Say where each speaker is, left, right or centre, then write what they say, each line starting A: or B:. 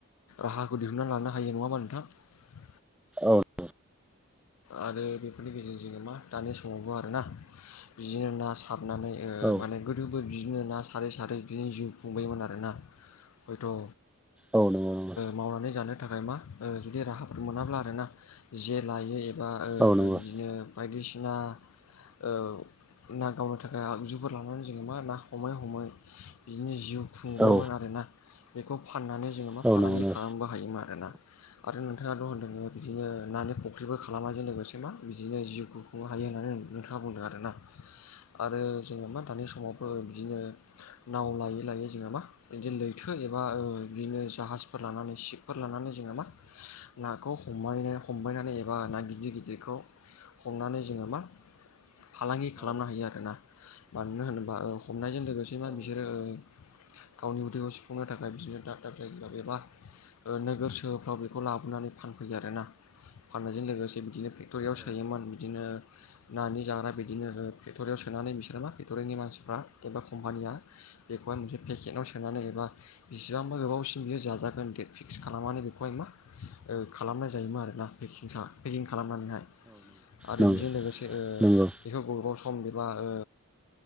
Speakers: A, on the left (about 75°); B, in the centre.
A: राहाखौ दिहुनना लानो हायो नङाबा नोंथां
B: औ दे
A: आरो बेफोरनि गेजेरजोंोङो मा दानि समावबो आरोना बिदिनो ना हाबनानै ओ
B: औ
A: माने गोदोबोद बिदिनो ना सारै सारै बिदिनो जिउ खुंबायोमोन आरोना हयथ' ओ
B: औ नंगौ नंगौ
A: मावनानै जानो थाखाय मा ओ जुदि राहाफोर मोनाब्ला आरोना जे लायो एबा ओ
B: औ
A: बिदिनो
B: नंगौ
A: बायदिसिना ओ ना गावनो थाखाय आगजुफोर लानानै जोङो मा ना हमै हमै बिदिनो जिउ खुंबायमोन
B: औ
A: आरो ना बेखौ फाननानै जोङो
B: नंगौ
A: मा फालांगि
B: नंगौ
A: खालामबो
B: औ नंगौ औ नंगौ औ नंगौ औ नंगौ औ नंगौ
A: हायोमोन आरोना आरो नोंथाङा द होनदोंङो बिदिनो नानि फुख्रिबो मुवाजों लोगोसे मा बिदिनो जिउखौ खुंनो हायो होननानै नोंथाङा बुंदों आरोना आरो जों मा थानाय समावबो बिदिनो नाव लायै लायै जोंहा मा बिदि लैथो एबा ओ बिदिनो जाहाजफोर लानानै सि फोर लानानै जोङो मा नाखौ हमबानो हमबायनानै ए ना गिदिर गिदिरखौ हमनानै जोङो मा फालांगि खालामनो हायो आर ना मानो होनोबा ओ हमनायजों लोगोसे मा बिसोरो ओ गावनि उथैखौ सुफुंनो थाखाय बिदिनो दाब दाब जायगायावायाव एबा ओ नोगोर सोहोरफ्राव बेखौ लाबोनानै फान फैयो आरोना फाननायजों लोगोसे बिदिनो फेक्टरियाव सोयोमोन बिदिनो नानि जाग्रा बिदिनो ओ फेक्ट'रियाव सोनानै बिसोर मा फेक्ट'रिनि मानसिफ्रा एबा कम्पानिया बे बा मोनसे पेकेटाव सोनानै एबा बिसिबांबा गोबाव इयो जाजागोन दे फिक्स खालामनानै बिखौलाय मा ओ खालामनाय जायोमोन आरो ना। <unintelligible> पेकिंग खालामनानैहाय आरो
B: नंगौ
A: बेजों लोगोसे ओ
B: नंगौ
A: बेखौ गोबाव स सम एबा ओ